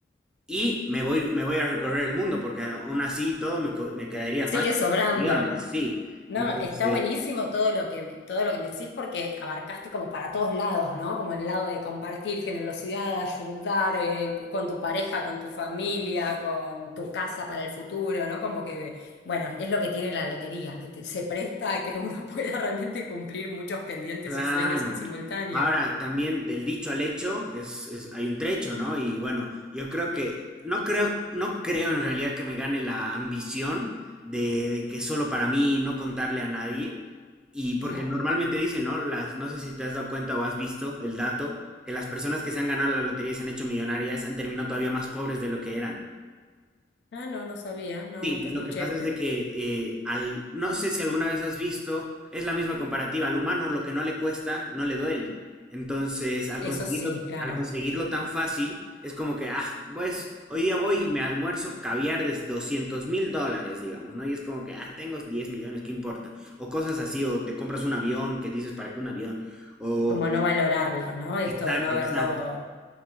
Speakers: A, in the centre; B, on the left (about 75°).
A: y me voy, me voy a recorrer el mundo, porque aún así y todo me, co- me quedaría
B: Sigue
A: fácil
B: sobrando.
A: con los guiones, sí.
B: No,
A: Entonces,
B: está buenísimo todo lo que, me- todo lo que me decís porque abarcaste como para todos lados, ¿no? Como el lado de compartir, generosidad, ayudar, eh, con tu pareja, con tu familia, con tu casa para el futuro, ¿no? Como que, bueno, es lo que tiene la lotería, que te- se presta a que uno <laughs> pueda realmente cumplir muchos pendientes
A: Claro.
B: y sueños en simultáneo.
A: Ahora, también del dicho al hecho es, es- hay un trecho, ¿no? Y bueno, yo creo que, no creo, no creo en realidad que me gane la ambición de, de que solo para mí y no contarle a nadie. Y porque
B: Claro.
A: normalmente dicen, ¿no? Las, no sé si te has dado cuenta o has visto el dato, que las personas que se han ganado la lotería y se han hecho millonarias han terminado todavía más pobres de lo que eran.
B: Ah, no, no sabía, no,
A: Sí,
B: nunca
A: lo
B: escuché.
A: que pasa
B: pe-
A: es de que eh, al, no sé si alguna vez has visto, es la misma comparativa, al humano lo que no le cuesta, no le duele. Entonces, al
B: Eso
A: conseguirlo,
B: sí, claro,
A: al conseguirlo tan fácil, es como que, ah, pues hoy día voy y me almuerzo caviar de doscientos mil dólares, digamos, ¿no? Y es como que, ah, tengo 10 millones, ¿qué importa? O cosas así, o te compras un avión, que dices, ¿para qué un avión? O,
B: como no valorarlo, ¿no? Esto
A: exacto,
B: de no haberlo,
A: exacto.